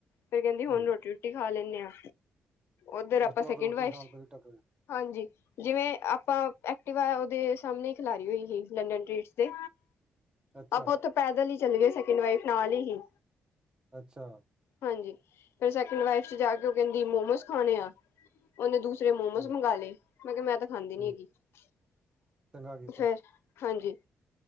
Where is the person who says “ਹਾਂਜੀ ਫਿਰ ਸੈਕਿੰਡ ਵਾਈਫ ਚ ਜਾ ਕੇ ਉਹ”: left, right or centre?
Left